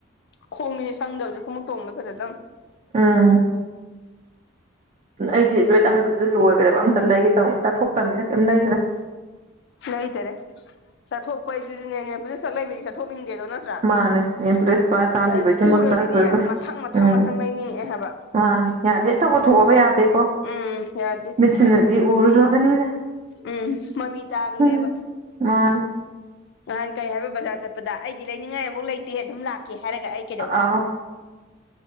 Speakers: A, on the left (about 55°); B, on the right (about 30°).
A: ꯈꯣꯡꯅꯤꯅꯦ ꯁꯪꯗꯕꯖꯦ ꯈꯨꯃꯨꯛ ꯇꯣꯡꯕꯗ ꯐꯖꯗꯝ꯫
B: ꯑ꯫ ꯑꯩꯒꯤ ꯔꯦꯠ ꯑꯃ ꯂꯩꯕꯗꯨꯁꯨ ꯂꯣꯏꯈ꯭ꯔꯦꯕ ꯑꯝꯇ ꯂꯩꯒꯦ ꯇꯧꯅꯤ ꯆꯠꯊꯣꯛꯇꯕꯅꯤꯅ ꯀꯩꯝ ꯂꯩꯗꯔꯦ꯫
A: ꯂꯩꯗꯔꯦ ꯆꯠꯊꯣꯛꯄꯩꯗꯨꯁꯨꯅꯦ ꯅꯦꯜ ꯄꯣꯂꯤꯁ ꯈꯛ ꯂꯩꯕꯩꯗꯤ ꯆꯠꯊꯣꯛꯅꯤꯡꯗꯦꯗꯣ ꯅꯠ ꯇ꯭ꯔꯥ
B: ꯃꯥꯅꯦ ꯅꯦꯝꯄ꯭ꯂꯦꯁ ꯂꯨꯄꯥ ꯆꯥꯝꯃ
A: ꯆ
B: ꯄꯤꯕꯒꯤꯃꯛꯇ
A: ꯎꯔꯗꯤꯅꯦ ꯃꯊꯪ ꯃꯊꯪ
B: ꯎꯝ
A: ꯃꯊꯪ ꯂꯩꯅꯤꯡꯉꯛꯑꯦ ꯍꯥꯏꯕ꯫
B: ꯃꯥꯅꯦ ꯌꯥꯗꯦ ꯊꯣꯛꯄꯨ ꯊꯣꯛꯑꯕ ꯌꯥꯗꯦꯀꯣ꯫
A: ꯎꯝ ꯌꯥꯗꯦ꯫
B: ꯁꯤꯅꯗꯤ ꯎꯔꯨꯔꯕꯅꯤꯅ꯫
A: ꯎꯝ ꯃꯃꯤ ꯇꯥꯔꯨꯔꯦꯕ꯫
B: ꯎꯝ ꯃꯥꯅꯦ꯫
A: ꯅꯍꯥꯟ ꯀꯩ ꯍꯥꯏꯕ ꯕꯖꯥꯔ ꯆꯠꯄꯗ ꯑꯩꯗꯤ ꯂꯩꯅꯤꯡꯉꯥꯏ ꯑꯝꯕꯨꯛ ꯂꯩꯇꯦ ꯑꯗꯨꯝ ꯂꯥꯛꯀꯦ ꯍꯥꯏꯔꯒ ꯑꯩ ꯀꯩꯗꯧꯕ
B: ꯑꯥ ꯑꯣ꯫